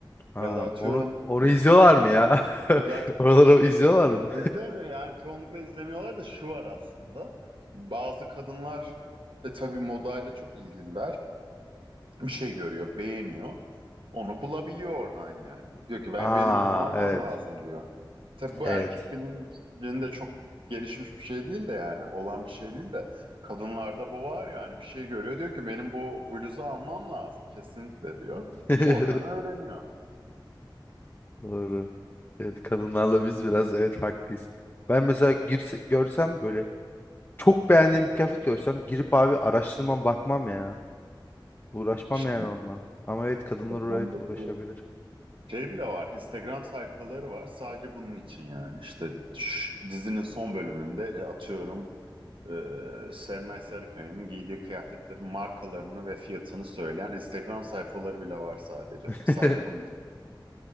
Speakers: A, on the left (about 25°); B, on the right (about 80°).
A: Ha,
B: Ya da atıyorum
A: onu onu izliyorlar mı ya? <laughs>
B: özel
A: Oraları izliyorlar mı?
B: izlemiyor yani çoğunlukla izlemiyorlar da şu var aslında. Bazı kadınlar e tabii modayla çok ilgililer. Bir şey görüyor, beğeniyor. Onu bulabiliyor oradan yani. Diyor ki ben
A: Aa
B: benim bunu almam
A: evet.
B: lazım diyor. Tabii bu
A: Evet.
B: erkek bilincinde çok gelişmiş bir şey değil de yani olan bir şey değil de kadınlarda bu var yani bir şey görüyor diyor ki benim bu bluzu almam lazım kesinlikle diyor.
A: <laughs>
B: Oradan öğreniyor.
A: Doğru. Evet kadınlarla biz biraz evet farklıyız. Ben mesela girse, görsem böyle çok beğendiğim bir kıyafet görsem girip abi araştırmam bakmam ya. Uğraşmam
B: İşte
A: yani onunla. Ama evet kadınlar
B: reklamdaki
A: uğra- evet uğraşabilir.
B: şey bile var. Instagram sayfaları var. Sadece bunun için yani. İşte şş, dizinin son bölümünde e, atıyorum e, Serenay Sarıkaya'nın giydiği kıyafetlerin markalarını ve fiyatını söyleyen Instagram sayfaları bile var sadece.
A: <laughs>
B: Sadece bunun için